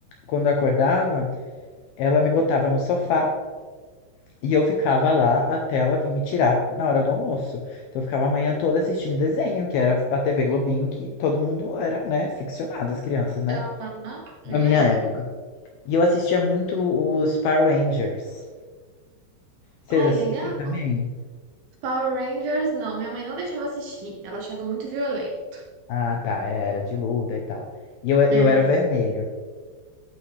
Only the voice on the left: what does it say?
quando eu acordava, ela me botava no sofá. E eu ficava lá até ela vir me tirar na hora do almoço. Então eu ficava a manhã toda assistindo desenho, que era a TV Globinho, que todo mundo era, né, ficcionado, as crianças, né?
Na
minha
época. E eu assistia muito os Power Rangers. Vocês
assistiam
também?
Ah, tá, era de luta e tal. E eu, eu
era o vermelho.